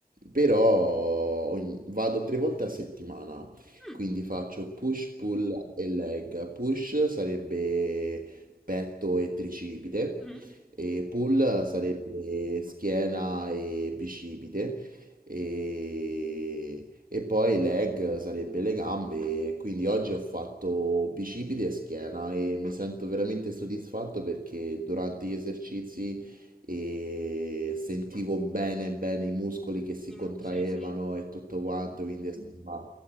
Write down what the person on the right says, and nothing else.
Però ogni- vado tre volte a settimana,
quindi faccio push, pull e leg. Push sarebbe petto e tricipite,
e pull sarebbe schiena e bicipite. E e poi leg sarebbe le gambe, quindi oggi ho fatto bicipiti e schiena e mi sento veramente soddisfatto perché durante gli esercizi eh, sentivo bene bene i muscoli che si
contraevano
e tutto quanto, quindi è stato ma-